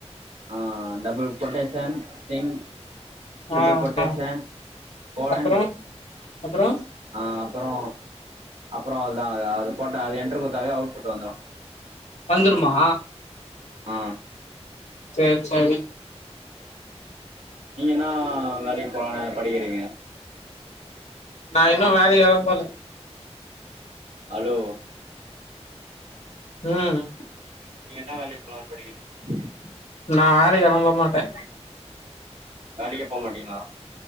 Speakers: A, on the right; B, on the left.
A: ஆ டபுள் கொட்டேஷன் ஸ்ட்ரிங் டபுள்
B: ஆ
A: கொட்டேஷன்
B: ஆ
A: கோலன்
B: அப்றோ அப்றோ
A: ஆ அப்பறோ அப்பறோ அவள்தா அது போட்ட அது என்டர் குத்தாவே அவுட்புட் வந்துரு
B: வந்துருமா
A: ஆ
B: செரி செரி
A: நீங்க என்னா வேலைக் போலானு படிக்கிறீங்க
B: நா இன்னு வேலைகளா போல
A: அலோ
B: ம்
A: நீங்க என்னா வேலைக் போலான் படிகிறீங்க
B: நா வேலைக்கல்லா போமாட்டே
A: வேலைக்கே போமாட்டீங்ளா